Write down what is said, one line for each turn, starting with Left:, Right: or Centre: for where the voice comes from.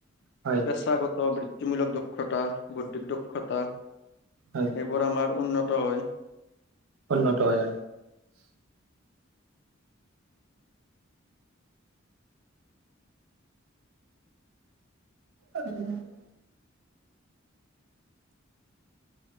Right: হয়।
Left: পেছাগত বৃত্তিমূলক দক্ষতা বৌদ্ধিক দক্ষতা
Right: হয়।
Left: সেইবোৰ আমাৰ উন্নত হয়।
Right: উন্নত হয়। <inaudible>